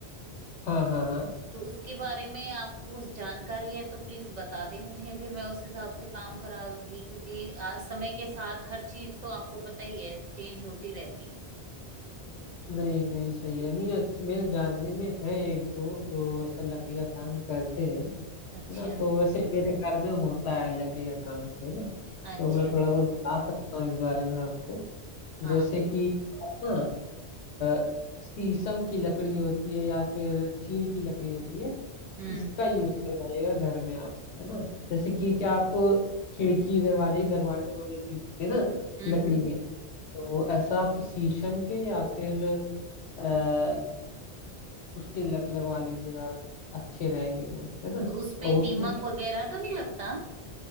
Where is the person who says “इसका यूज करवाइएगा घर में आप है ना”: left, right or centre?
Left